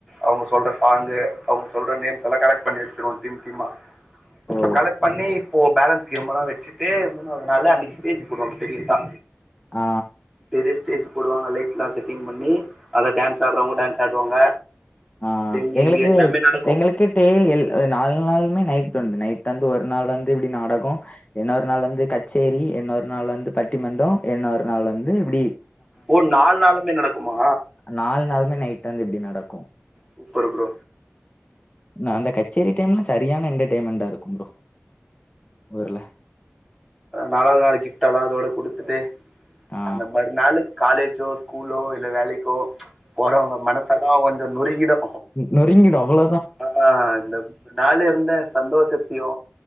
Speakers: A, in the centre; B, on the left (about 35°).
A: அவுங்க சொல்ற சாங்கு அவுங்க சொல்ற நேம்ஸ் எல்லா கலெக்ட் பண்ணி வெச்சிருவோ டீம் டீமா
B: ஓ
A: கலெக்ட் பண்ணி போ பேலன்ஸ் கேம்மல்லா வெச்சிட்டு மூணாவ்து நாள்ல அன்னைக்கு ஸ்டேஜ் போடுவாங்க பெரிய்சா
B: ஆ
A: பெரிய ஸ்டேஜ் போடுவாங்க லைட்ல்லா செட்டிங் பண்ணி அத டான்ஸ் ஆட்றவங்க டேன்ஸ் ஆடுவாங்க
B: ஆ
A: சிங்கிங்
B: எங்களுக்கு
A: எல்லாமே நடக்கும்
B: எங்களுக்கு டே ல் எல் அந்த நாள் நாளுமே நைட் உண்டு நைட் வந்து ஒரு நாள் வந்து இப்டி நாடகோ இன்னோர் நாள் வந்து கச்சேரி இன்னோர் நாள் வந்து பட்டிமண்டோ இன்னோர் நாள் வந்து இப்டி
A: ஓ நால் நாளுமே நடக்குமா
B: நால் நாளுமே நைட்டு வந்து இப்டி நடக்கு
A: சூப்பர் ப்ரோ
B: நா அந்த கச்சேரி டைம்லா சரியான என்டர்டெய்ன்மெண்டா இருக்கு ப்ரோ ஊர்ல
A: நாலாவுது நாளு கிப்ட் எல்லா அதோட குடுத்துட்டு
B: ஆ
A: அந்த மாரி நாளு காலேஜோ ஸ்கூலோ இல்ல வேலைக்கோ போறவங்க மனசல்லா கொஞ்சோ நொறுங்கிடு
B: நொறுங்கிடு அவ்ள
A: அ ஆ இந்த மூண் நாள் இருந்த சந்தோஷத்தையு